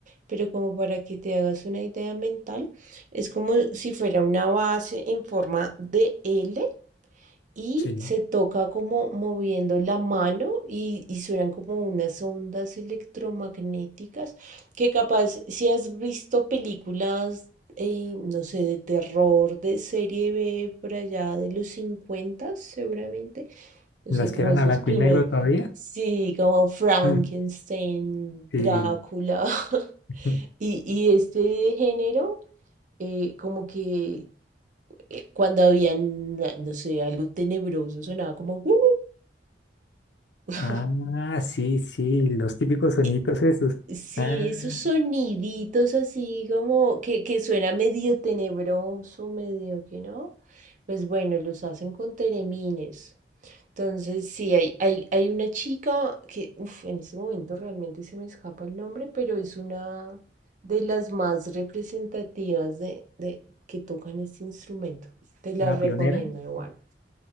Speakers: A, on the right; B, on the left.
A: pero como para que te hagas una idea mental, es como si fuera una base en forma de L y
B: Sí.
A: se toca como moviendo la mano y, y suenan como unas ondas electromagnéticas que capaz si has visto películas, eh, no sé, de terror, de serie B por allá de los 50 seguramente, no
B: Las
A: sé, como
B: que eran
A: esas
B: a blanco
A: primeras,
B: y negro todavía.
A: sí, como Frankenstein,
B: Mm, Sí.
A: Drácula <laughs>
B: <laughs>
A: y, y este género eh, como que eh, cuando habían, eh, no sé, algo tenebroso, sonaba como... "Uh". <laughs>
B: Ah, sí, sí, los típicos soniditos
A: Eh,
B: esos.
A: Sí,
B: Ah,
A: esos soniditos así como que, que suena medio tenebroso, medio que no. Pues bueno, los hacen con teremines. Entonces, sí, hay, hay, hay una chica que, uf, en este momento realmente se me escapa el nombre, pero es una de las más representativas de, de que tocan este instrumento. Te la
B: una
A: recomiendo
B: pionera.
A: igual.